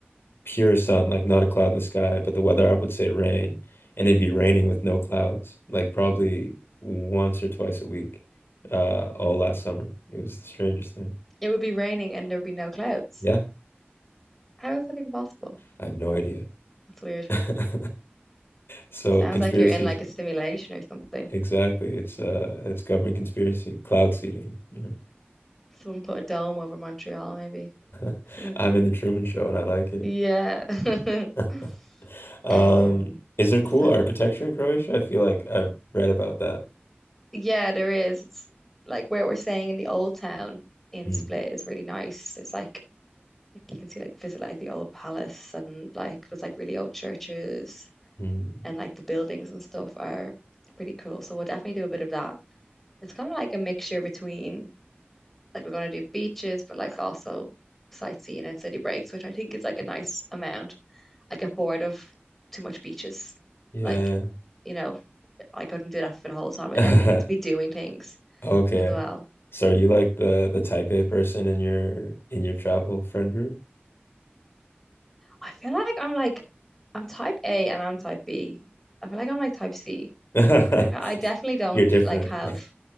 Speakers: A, on the left; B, in the centre.
A: pure sun, like not a cloud in the sky, but the weather app would say rain, and it'd be raining with no clouds, like probably once or twice a week, uh, all last summer. It was the strangest thing.
B: It would be raining and there would be no clouds.
A: Yeah.
B: How is that even possible?
A: I have no idea.
B: That's weird.
A: <laughs> So
B: Sounds
A: conspiracies,
B: like you're in like a simulation or something.
A: exactly. It's uh, it's government conspiracy, cloud seeding, you know.
B: Someone put a dome over Montreal, maybe.
A: <laughs>
B: <laughs>
A: I'm in the Truman Show and I like it.
B: Yeah. <laughs>
A: <laughs> Um,
B: Um,
A: is there cool
B: so
A: architecture in Croatia? I feel like I've read about that.
B: yeah, there is. It's like where we're staying in the old town in
A: Mm,
B: Split is really nice. There's like Like you can see like visit like the old palace and like there's like really old churches
A: mm.
B: and like the buildings and stuff are pretty cool. So we'll definitely do a bit of that. It's kind of like a mixture between like we're going to do beaches, but like also sightseeing and city breaks, which I think is like a nice amount. I get bored of too much beaches.
A: Yeah.
B: Like, you know, I couldn't do that for the whole time.
A: yeah.
B: I definitely need to be doing things
A: <laughs> Okay.
B: as well.
A: So are you like the the type A person in your in your travel friend group?
B: I feel like I'm like I'm type A and I'm type B. I feel like I'm like type C.
A: Mm.
B: I feel like I definitely
A: <laughs>
B: don't
A: You're different.
B: like have